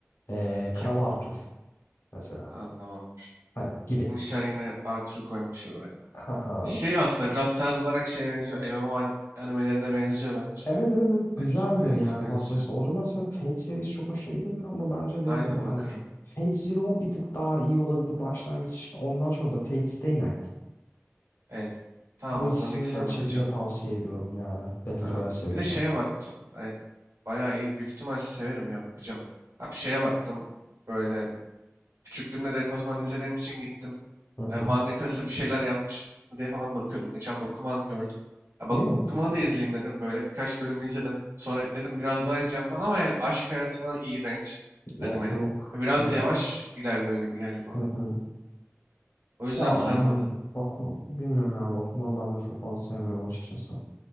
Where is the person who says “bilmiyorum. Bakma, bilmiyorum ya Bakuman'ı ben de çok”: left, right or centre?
Left